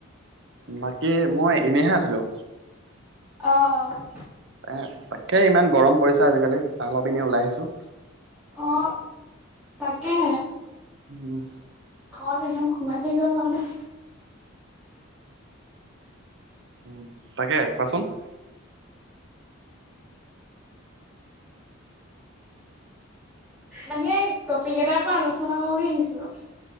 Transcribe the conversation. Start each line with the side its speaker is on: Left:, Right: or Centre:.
Right: বাকী মই এনেইহে আছিলোঁ।
Centre: অহ', অহ'।
Right: এ তাকে ইমান গৰম পৰিছে আজিকালি, অলপ এনেই ওলাই আহিছোঁ।
Centre: অহ, তাকেহে।
Right: উম,
Centre: খন একদম সোমাই থাকিব পাৰা নাই।
Right: উম, তাকে কোৱাচোন?
Centre: মানে টপিক এটাৰ ওপৰত আলোচনা কৰোঁ বুলি আহিছিলোঁ।